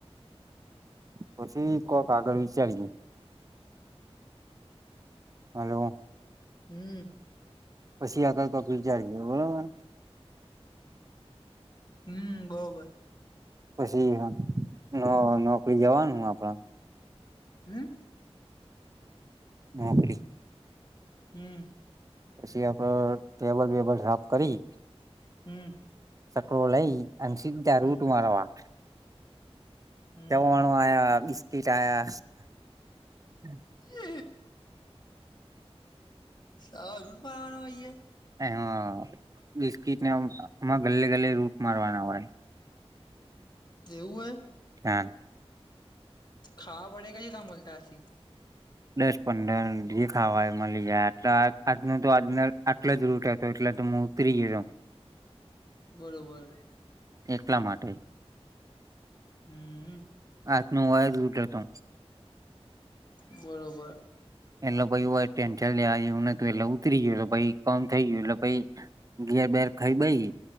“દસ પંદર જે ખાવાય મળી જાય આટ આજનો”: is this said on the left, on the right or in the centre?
Right